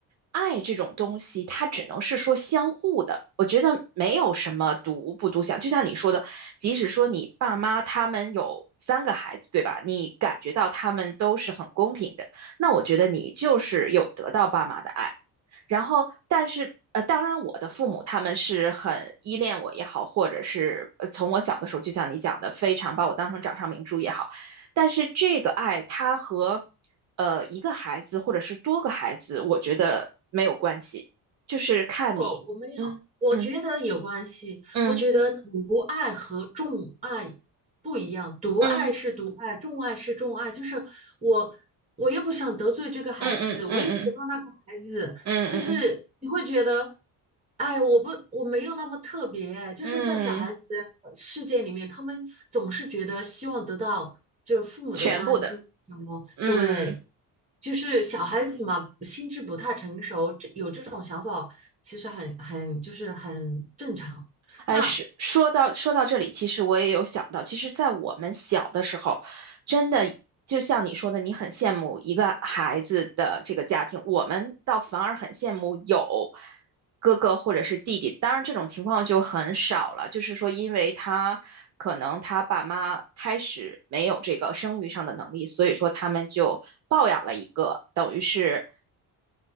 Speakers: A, on the right (about 45°); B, on the right (about 20°).
A: 爱这种东西，它只能是说相互的。我觉得没有什么独不独享，就像你说的，即使说你爸妈他们有三个孩子，对吧？你感觉到他们都是很公平的，那我觉得你就是有得到爸妈的爱。然后，但是呃，当然我的父母他们是很依恋我也好，或者是呃从我小的时候，就像你讲的，非常把我当成掌上明珠也好。但是这个爱，它和呃一个孩子或者是多个孩子，我觉得没有关系，就是看你，
B: 我我没有，
A: 嗯嗯
B: 我觉得有关系。
A: 嗯
B: 我觉得独爱和众爱不一样，独爱是独爱，
A: 嗯
B: 众爱是众爱。就是我，我又不想得罪这个孩子，
A: 嗯嗯嗯嗯
B: 我又喜欢那个孩子，
A: 嗯嗯
B: 就是你会觉得，哎，我不，我没有那么特别。就是在小孩子的世界里面，
A: 嗯，嗯
B: 他们总是觉得希望得到就是父母的关注，
A: 全部的，
B: 知道吗？
A: 嗯。
B: 对。就是小孩子嘛，心智不太成熟，这有这种想法，其实很很就是很正常。
A: 哎，
B: 那
A: 是说到说到这里，其实我也有想到，其实，在我们小的时候，真的就像你说的，你很羡慕一个孩子的这个家庭，我们倒反而很羡慕有哥哥或者是弟弟。当然，这种情况就很少了，就是说，因为他可能他爸妈开始没有这个生育上的能力，所以说他们就抱养了一个，等于是